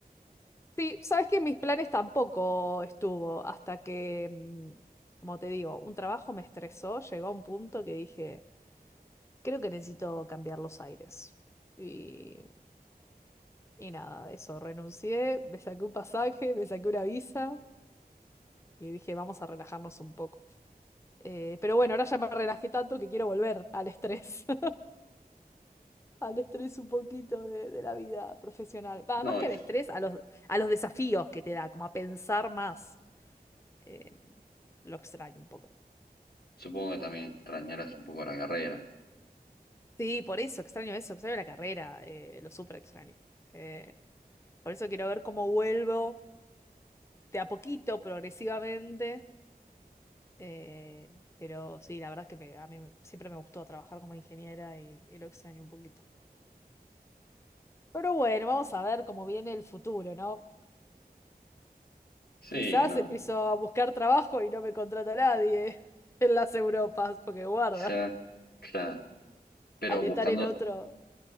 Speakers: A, on the left; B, on the left.
A: Sí, sabes que en mis planes tampoco estuvo hasta que, mm, como te digo, un trabajo me estresó, llegó a un punto que dije, creo que necesito cambiar los aires. y Y nada, eso, renuncié, me saqué un pasaje, me saqué una visa y dije, vamos a relajarnos un poco. Eh, pero bueno, ahora ya me relajé tanto que quiero volver al estrés, <laughs> al estrés un poquito de, de la vida profesional. Va,
B: No,
A: más que
B: y s-
A: al estrés, a los, a los desafíos que te da, como a pensar más. Eh, lo extraño un poco.
B: supongo que también extrañarás un poco la carrera.
A: Sí, por eso extraño eso, extraño la carrera, eh, lo súper extraño. Eh, por eso quiero ver cómo vuelvo de a poquito, progresivamente Eh, pero sí, la verdad es que me- a mí me- siempre me gustó trabajar como ingeniera y, y lo extraño un poquito. Pero bueno, vamos a ver cómo viene el futuro, ¿no?
B: Sí,
A: Quizás
B: no,
A: empiezo a buscar trabajo y no me contrata nadie <laughs> en las Europas, porque guarda,
B: quizá, claro. Pero
A: al estar
B: buscando,
A: en otro...